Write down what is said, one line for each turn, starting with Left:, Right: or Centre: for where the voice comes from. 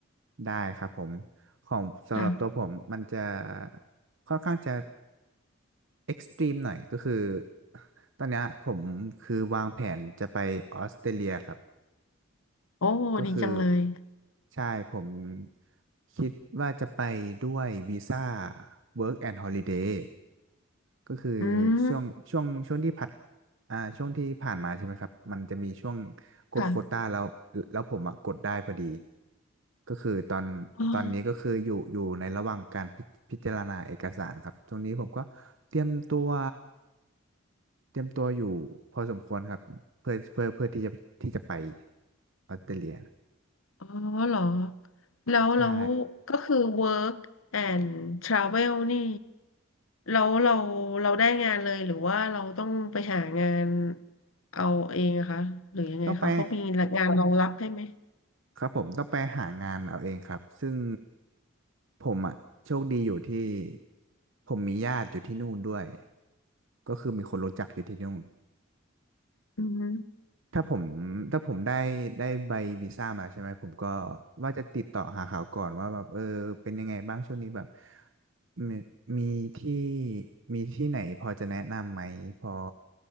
Right: ได้ครับผม ของสำหรับตัวผมมันจะ
Left: ค่ะ
Right: ค่อนข้างจะเอ็กซ์ตรีมหน่อยก็คือ ตอนเนี้ยผมคือวางแผนจะไปออสเตรเลียครับ
Left: โอ้ดีจังเลย
Right: ก็คือใช่ผมคิดว่าจะไปด้วยวีซ่า Work and Holiday ก็คือ
Left: อืม
Right: ช่วงช่วงช่วงที่ผัดอ่าช่วงที่ผ่านมาใช่ไหมครับมันจะมีช่วงกดโควต้าแล้วแล้วผมอ่ะกดได้พอดี
Left: ค่
Right: ก็คือตอนตอนนี้ก็คืออยู่อยู่ในระหว่างการพิพิจารณาเอกสารครับตรงนี้ผมก็เตรียมตัว
Left: ะ
Right: เตรียมตัวอยู่พอสมควรครับเพื่อเพื่อเพื่อที่จะที่จะไปออสเตรเลีย
Left: อ๋อเหรอแล้วแล้วก็คือ
Right: ใช่
Left: work and travel นี่แล้วเราเราได้งานเลยหรือว่าเราต้องไปหางานเอาเองอะคะ หรือยังไงคะเขามีงานรองรับให้ไหม
Right: ต้องไป ครับผมต้องไปหางานเอาเองครับซึ่งผมอ่ะโชคดีอยู่ที่ผมมีญาติอยู่ที่นู่นด้วยก็คือมีคนรู้จักอยู่ที่นู่น
Left: อือฮึ
Right: ถ้าผมถ้าผมได้ได้ใบวีซ่ามาแล้วใช่ไหมผมก็ว่าจะติดต่อหาเขาก่อนว่าแบบเออเป็นยังไงบ้างช่วงนี้แบบมีมีที่มีที่ไหนพอจะแนะนำไหมพอ